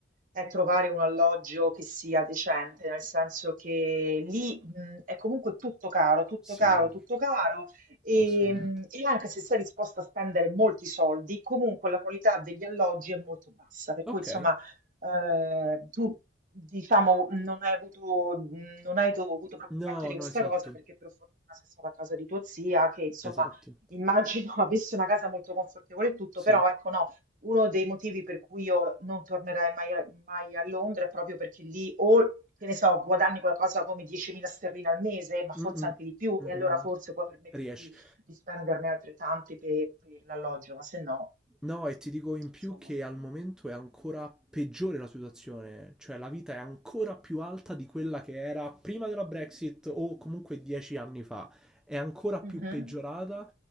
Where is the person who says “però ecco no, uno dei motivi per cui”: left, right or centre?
Right